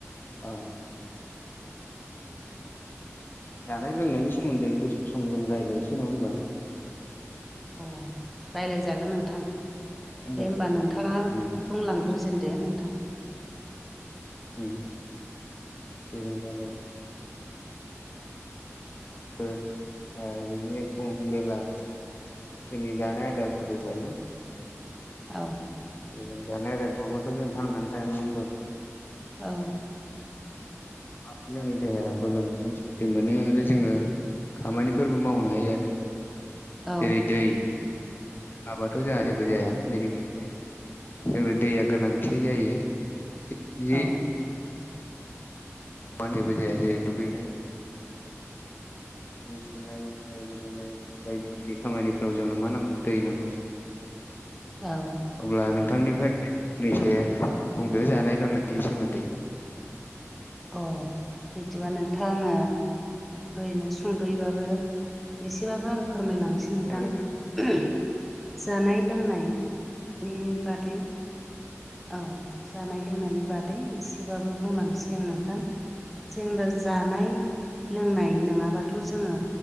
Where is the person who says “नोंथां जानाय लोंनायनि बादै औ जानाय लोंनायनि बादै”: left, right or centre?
Centre